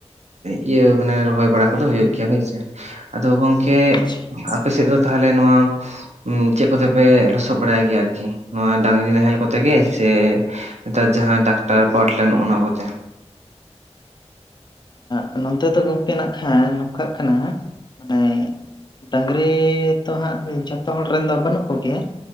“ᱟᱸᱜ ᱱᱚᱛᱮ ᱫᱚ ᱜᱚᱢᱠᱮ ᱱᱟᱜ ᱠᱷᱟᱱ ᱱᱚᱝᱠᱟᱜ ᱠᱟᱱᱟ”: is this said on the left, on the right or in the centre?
Left